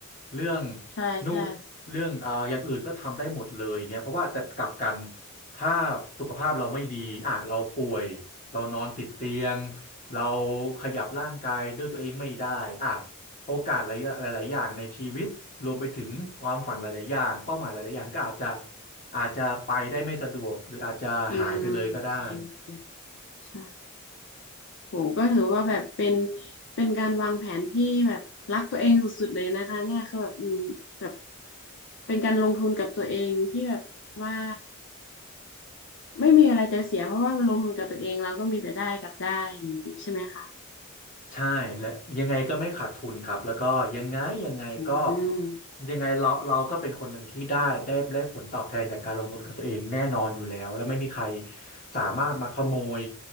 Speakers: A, on the left; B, on the left.
A: เรื่อง
B: ใช่ใช่
A: นู่นเรื่องอ่าอย่างอื่นก็ทำได้หมดเลยเงี้ยเพราะว่าแต่กลับกันถ้าสุขภาพเราไม่ดีอ่ะเราป่วยเรานอนติดเตียงเราขยับร่างกายด้วยตัวเองไม่ได้อ่ะโอกาสหลายหลายๆอย่างในชีวิตรวมไปถึงความฝันหลายๆอย่างเป้าหมายหลายๆอย่างก็อาจจะ อาจจะไปได้ไม่สะดวกหรืออาจจะหายไปเลยก็ได้
B: อืมจริงจริงใช่โหก็ถือว่าแบบเป็นเป็นการวางแผนที่แบบรักตัวเองสุดๆเลยนะคะเนี่ยคือแบบอืมแบบเป็นการลงทุนกับตัวเองที่แบบว่าไม่มีอะไรจะเสียเพราะว่าลงทุนกับตัวเองเราก็มีแต่ได้กับได้อย่างนี้ใช่ไหมคะ
A: ใช่และยังไงก็ไม่ขาดทุนครับแล้วก็ยังไงยังไงก็
B: อืม
A: ยังไงเราเราก็เป็นคนหนึ่งที่ได้ได้ได้ผลตอบแทนจากการลงทุนกับตัวเองแน่นอนอยู่แล้วแล้วไม่มีใครสามารถมาขโมย